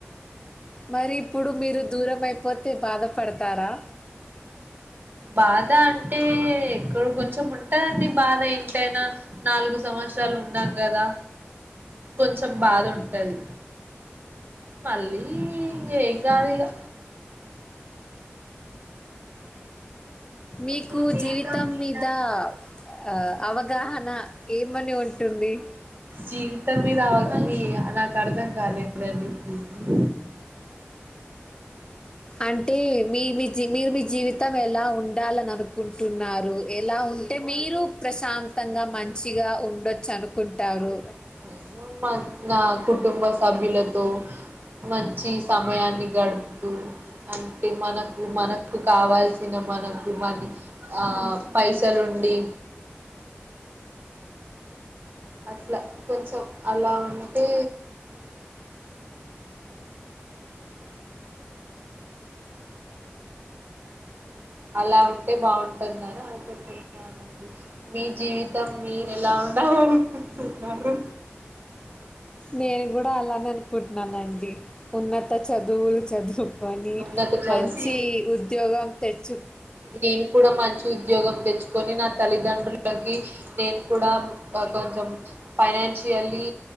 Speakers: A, on the left; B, on the right.
A: మరి ఇప్పుడు మీరు దూరం అయిపోతే బాధపడతారా
B: బాధ అంటే ఎక్కడ్ కొంచెం ఉంటదండి. బాధ ఏంతైనా నాలుగు సంవత్సరాలు ఉన్నాం గాదా. కొంచెం బాధ ఉంటది. మళ్ళీ ఏం కాదిగా
A: మీకు
B: ఆ ఏంటి
A: జీవితం మీద ఆహ్, అవగాహన ఏమని ఉంటుంది?
B: జీవితం మీద నాకు అర్థం కాలేదండి. అ
A: అంటే మీ మీ జీవ్ మీరు మీ జీవితం ఎలా ఉండాలని అనుకుంటున్నారు. ఎలా ఉంటే మీరు ప్రశాంతంగా మంచిగా ఉండొచ్చు అనుకుంటారు.
B: ఏమో మా నా కుటుంబ సభ్యులతో మంచి సమయాన్ని గడుపు కు అంటే మనకు మనకు కావాల్సిన మనకు మనీ ఆ పైసలుండి. అట్లా కొంచెం అలా ఉంటే అలా ఉంటే బాగుంటుందని అనుకుంటున్నానండి. మీ జీవితం మీరు ఎలా ఉండాలనుకుంటున్నారు.
A: నేను కూడా అలానె అనుకుంట్ననండి. ఉన్నత చదువులు, చదువుకొని
B: ఉన్నత చదువు
A: మంచి ఉద్యోగం తెచ్
B: నేను కూడా మంచి ఉద్యోగం తెచ్చుకొని. నా తల్లిదండ్రులకి నేను కూడా కొంచెం ఫైనాన్షియల్లీ